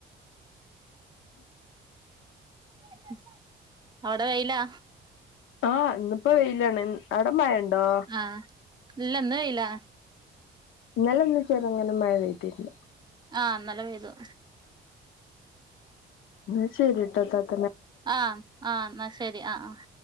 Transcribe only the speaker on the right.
<inaudible> അവിടെ വെയിലാ?
ആഹ് ഇല്ല ഇന്ന് വെയിലാ.
ആഹ് ഇന്നലെ പെയ്തു.
ആഹ് ആഹ് എന്നാ ശരി ആഹ്‌ ആഹ്.